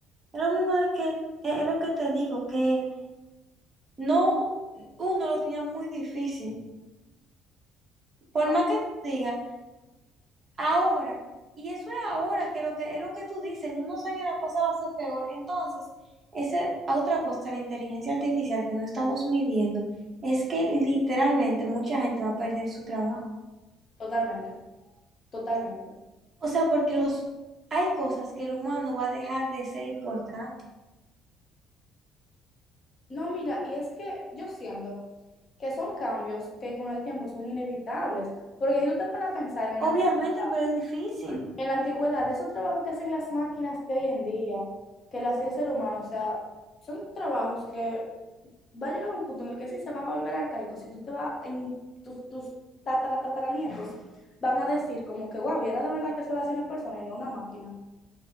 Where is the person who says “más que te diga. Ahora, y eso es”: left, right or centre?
Right